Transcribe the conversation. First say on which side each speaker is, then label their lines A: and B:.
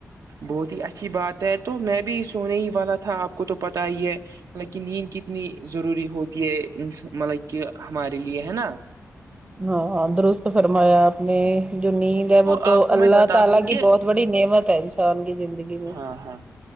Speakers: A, on the right; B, on the right.
A: بہت ہی اچھی بات ہے تو میں بھی سونے ہی والا تھا آپ کو تو پتا ہی ہے ملب کہ نیند کتنی ضروری ہوتی ہے ملب کہ ہمارے لیے ہے نا
B: ہاں درست فرمایا آپ نے جو نیند ہے وہ
A: آپ
B: تو
A: کو میں
B: اللہ
A: بتا
B: تعالی
A: دوں
B: کی
A: کہ
B: بہت بڑی نعمت ہے انسان کی زندگی میں
A: ہاں ہاں